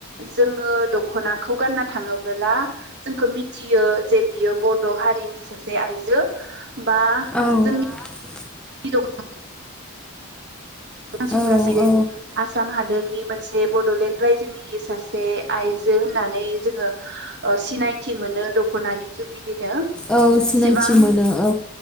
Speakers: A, on the right; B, in the centre.
A: जोङो दखनाखौ गानना थाङोबोला जोंखौ मिथियो जे बियो बड' हारिनि सासे आइजो। बा
B: औ
A: जोंनि <unintelligible> मानसिफोरा
B: औ
A: जेरै
B: औ
A: आसाम हादोरनि मोनसे बडलेण्ड रायजोनि सासे आइजो होननानै जोङो ओ सिनायथि मोनो दखनानि जुगिदि यो
B: औ सिनायथि
A: जेसेबां
B: मोनो औ